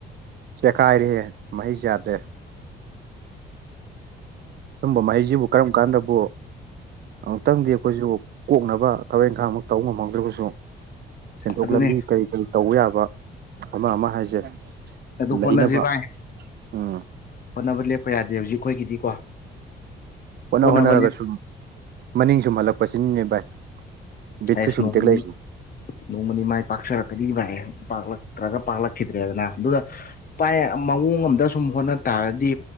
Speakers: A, on the right; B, on the left.
A: ꯆꯦꯀꯥꯏꯔꯦꯍꯦ ꯃꯍꯩ ꯆꯥꯗ꯭ꯔꯦ ꯁꯨꯝꯕ ꯃꯍꯩꯁꯤꯕꯨ ꯀꯔꯝ ꯀꯥꯟꯗꯕꯨ ꯑꯃꯨꯛꯇꯪꯗꯤ ꯑꯈꯣꯏꯖꯨ ꯀꯣꯛꯅꯕ ꯊꯕꯛ ꯏꯪꯈꯥꯡ ꯃꯛ ꯇꯧ ꯉꯝꯍꯧꯗ꯭ꯔꯒꯁꯨ ꯁꯦꯟꯊꯣꯛ
B: ꯑꯗꯨꯅꯦ
A: ꯂꯝꯕꯤ ꯀꯔꯤ ꯀꯔꯤ ꯇꯧꯕ ꯌꯥꯕ ꯑꯃ ꯑꯃ ꯍꯥꯏꯁꯦ
B: ꯑꯗꯨ
A: ꯂꯩꯅꯕ
B: ꯍꯣꯠꯅꯁꯦ ꯚꯥꯏ
A: ꯎꯝ
B: ꯍꯣꯠꯅꯕ ꯂꯦꯞꯄ ꯌꯥꯗꯦ ꯍꯧꯖꯤꯛ ꯑꯩꯈꯣꯏꯒꯤꯗꯤꯀꯣ
A: ꯍꯣꯠꯅ
B: ꯍꯣꯠꯅꯕ
A: ꯍꯣꯠꯅꯔꯒ
B: ꯂꯦꯞ
A: ꯁꯨꯝ ꯃꯅꯤꯡ ꯁꯨꯝ ꯍꯜꯂꯛꯄ ꯁꯤꯅꯤꯅꯦ ꯚꯥꯏ꯫ ꯕꯤꯠꯁꯦ
B: ꯑꯦꯁ
A: ꯁꯨꯝ
B: ꯅꯣꯡꯃꯌꯨ
A: ꯇꯦꯛꯂꯛꯏꯁꯦ
B: ꯅꯣꯡꯃꯅꯤ ꯃꯥꯏ ꯄꯥꯛꯆꯔꯛꯀꯗꯤ ꯚꯥꯏ ꯄꯥꯛꯂꯛꯇ꯭ꯔꯒ ꯄꯥꯛꯂꯛꯈꯤꯗ꯭ꯔꯦꯗꯅ ꯑꯗꯨꯒ ꯄꯥꯢ ꯃꯑꯣꯡ ꯑꯝꯗ ꯁꯨꯝ ꯍꯣꯠꯅ ꯇꯥꯔꯗꯤ